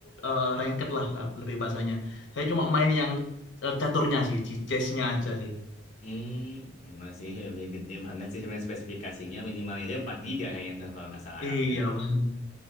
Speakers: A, on the left; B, on the left.
A: eh, ranked lah, lah lebih bahasanya. Saya cuma main yang eh, caturnya sih, di chessnya aja sih.
B: Hmm, memang sih lebih gede <laughs> banget sih sebenarnya spesifikasinya minimalnya aja 4 giga kayaknya tuh kalau nggak salah
A: Iya
B: RAM-nya.
A: Bang.